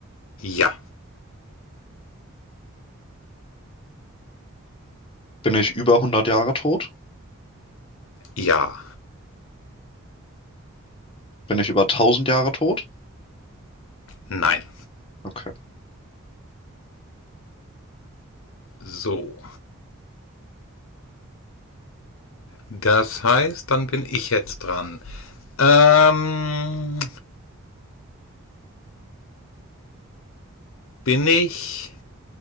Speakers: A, on the left; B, on the left.
A: ja,
B: Bin ich über 100 Jahre tot?
A: ja,
B: Bin ich über 1000 Jahre tot?
A: nein.
B: Okay.
A: So. Das heißt, dann bin ich jetzt dran. Ähm, bin ich